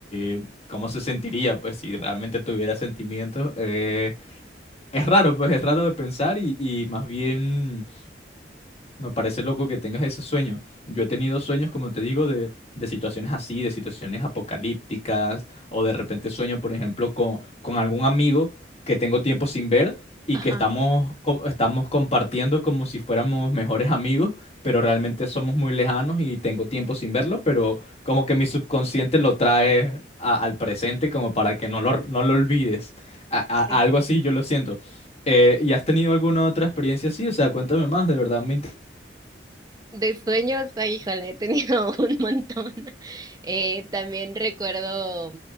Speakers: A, on the left; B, on the right.
A: y, cómo se sentiría, pues, si realmente tuviera sentimientos. Eh, es raro, pues, es raro de pensar y, y más bien me parece loco que tengas ese sueño. Yo he tenido sueños, como te digo, de, de situaciones así, de situaciones apocalípticas, o de repente sueño, por ejemplo, con, con algún amigo que tengo tiempo sin ver y
B: Ajá.
A: que estamos, co- estamos compartiendo como si fuéramos mejores amigos, pero realmente somos muy lejanos y tengo tiempo sin verlo, pero como que mi subconsciente lo trae a- al presente como para que no lo, no lo olvides. A- a-
B: sí
A: algo así, yo lo siento. Eh, ¿y has tenido alguna otra experiencia así? O sea, cuéntame más, de verdad me interesa.
B: De sueños, ay, híjole, he tenido <laughs> un montón. Eh, también recuerdo,